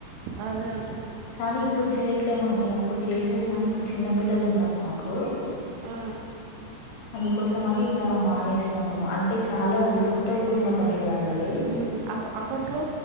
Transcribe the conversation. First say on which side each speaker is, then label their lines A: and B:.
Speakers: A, on the right; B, on the left.
A: అదే అం
B: కానీ ఇప్పుడు చేయట్లేమండి అప్పుడు చేసేది కానీ ఇప్పుడు చిన్న పిల్లలు ఉన్నారు మాకు కు
A: ఆ,
B: అందుకోసం అని ఇక మానేస ము అంటే చాలా రిస్క్ తో కూడిన పని కదండి అది
A: ఉమ్ అప్పట్లో